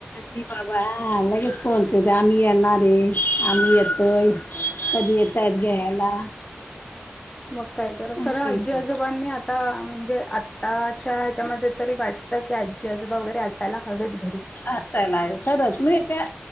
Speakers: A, on the left (about 55°); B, on the left (about 15°).
A: ी बाबालागेच फोन करते आम्ही येणार रे आम्ही येतोय. कधी येतय घ्यायला.
B: मग कायत
A: चांगलं
B: खरंजी
A: आहे ते.
B: आजोबांनी आता म्हणजे आत्ताच्या ह्याच्यामध्ये तरी वाट. की आजी आजोबा वैरे असायला हवेत घरी
A: असंल आहे खरं म त्या